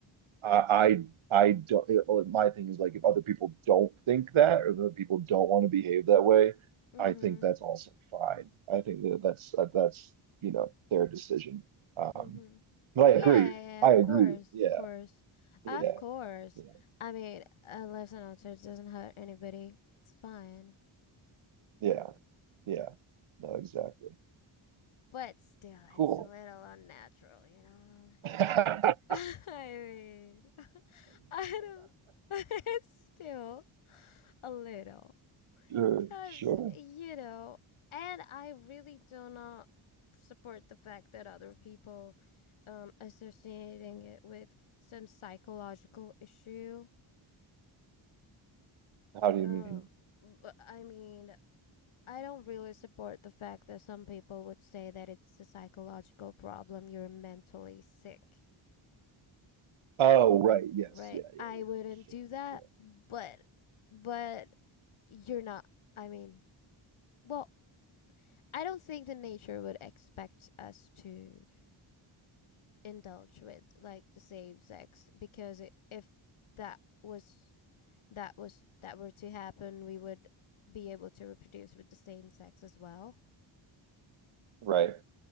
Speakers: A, on the right; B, on the left.
A: I I, don't. it- like, my thing is like if other people don't think that, or if other people don't want to behave that way,
B: Mm-hmm.
A: I think that's also fine. I think that that's that, that's you know their decision. Um,
B: Mm-hmm.
A: but I
B: Yeah,
A: agree.
B: yeah,
A: I
B: of
A: agree.
B: course,
A: Yeah.
B: of course. Of
A: Yeah.
B: course.
A: Yeah.
B: I mean, a life's an altitude doesn't hurt anybody. It's fine.
A: Yeah. Yeah. No, exactly.
B: But still, it's
A: Cool.
B: a little unnatural, you know?
A: <laughs>
B: <laughs> I mean, <laughs> I don't, <laughs> it's still a little.
A: Sure.
B: Cause,
A: Sure.
B: you know, and I really do not support the fact that other people um associating it with some psychological issue.
A: How do you
B: Um
A: mean?
B: I mean, I don't really support the fact that some people would say that it's a psychological problem, you're mentally sick.
A: Oh, right. Yes.
B: Right?
A: Yeah. Yeah.
B: I
A: Yeah.
B: wouldn't
A: Sure.
B: do that,
A: Yeah.
B: but but you're not I mean, well, I don't think the nature would expect us to indulge with like the same sex because if that was that was that were to happen we would be able to reproduce with the same sex as well
A: Right.